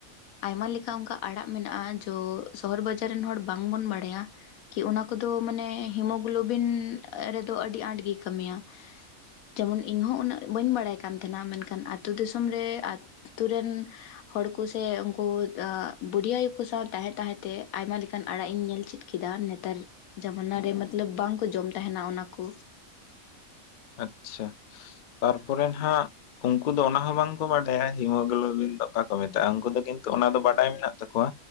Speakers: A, on the left; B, on the left.
A: ᱟᱭᱢᱟ ᱞᱮᱠᱟ ᱚᱱᱠᱟ ᱟᱲᱟᱜ ᱢᱮᱱᱟᱜ-ᱟ ᱡᱳ ᱥᱚᱦᱚᱨ ᱵᱟᱡᱟᱨ ᱨᱮᱱ ᱦᱚᱲ ᱵᱟᱝ ᱵᱚᱱ ᱵᱟᱲᱟᱭᱟ, ᱠᱤ ᱚᱱᱟ ᱠᱚᱫᱚ ᱢᱟᱱᱮ ᱦᱤᱢᱳᱜᱞᱳᱵᱤᱱ ᱨᱮᱫᱚ ᱟᱹᱰᱤ ᱟᱸᱴ ᱜᱮᱭ ᱠᱟᱹᱢᱤᱭᱟ, ᱡᱮᱢᱚᱱ ᱤᱧ ᱦᱚᱸ ᱩᱱᱟᱹᱜ ᱵᱟᱹᱧ ᱵᱟᱲᱟᱭ ᱠᱟᱱ ᱛᱷᱮᱱᱟ ᱢᱮᱱᱠᱷᱟᱱ ᱟᱛᱳ ᱫᱤᱥᱚᱢ ᱨᱮ ᱟᱛᱩ ᱨᱮᱱ ᱦᱚᱲ ᱠᱩᱥᱮ ᱩᱱᱠᱩ ᱵᱩᱰᱦᱤ ᱟᱭᱩ ᱠᱚ ᱥᱟᱶ ᱛᱟᱦᱮᱸ ᱛᱟᱦᱮᱸᱛᱮ ᱟᱭᱢᱟ ᱞᱮᱠᱟᱱ ᱟᱲᱟᱜ ᱤᱧ ᱧᱮᱞ ᱪᱮᱫ ᱠᱮᱫᱟ ᱱᱮᱛᱟᱨ ᱡᱟᱢᱟᱱᱟ ᱨᱮ ᱢᱚᱛᱞᱚᱵ ᱵᱟᱝ ᱠᱚ ᱡᱚᱢ ᱛᱟᱦᱮᱱᱟ ᱚᱱᱟ ᱠᱩ
B: ᱟᱪᱪᱷᱟ ᱛᱟᱨᱯᱚᱨᱮ ᱱᱟᱦᱟᱜ ᱩᱱᱠᱩ ᱫᱚ ᱚᱱᱟ ᱦᱚᱸ ᱵᱟᱝᱠᱚ ᱵᱟ ᱰᱟᱭᱟ ᱦᱤᱢᱳᱜᱞᱳᱵᱤᱱ ᱫᱚ ᱚᱠᱟ ᱠᱚ ᱢᱮᱛᱟᱜ-ᱟ ᱩᱱᱠᱩ ᱫᱚ ᱠᱤᱱᱛᱩ ᱚᱱᱟ ᱫᱚ ᱵᱟᱰᱟᱭ ᱢᱮᱱᱟᱜ ᱛᱟᱠᱚᱣᱟ